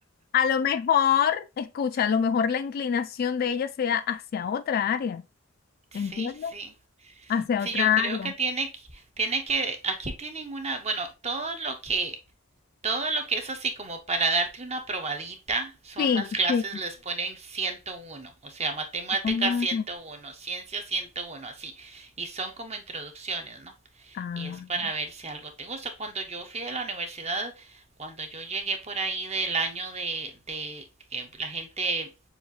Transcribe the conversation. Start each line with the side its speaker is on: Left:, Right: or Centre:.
Left: A lo mejor, escucha, a lo mejor la inclinación de ella sea hacia otra área,
Right: Sí,
Left: ¿entiendes?
Right: sí.
Left: Hacia
Right: Sí,
Left: otra
Right: yo creo
Left: área.
Right: que tiene, que- tiene que, aquí tienen una, bueno, todo lo que Todo lo que es así como para darte una probadita son
Left: Sí,
Right: las clases,
Left: sí.
Right: les ponen 101, o sea, matemática
Left: Ah,
Right: 101, ciencia 101, así. Y son como introducciones, ¿no?
Left: ah,
Right: Y es para ver si algo te gusta. Cuando yo fui a la universidad, cuando yo llegué por ahí del año de, de que la gente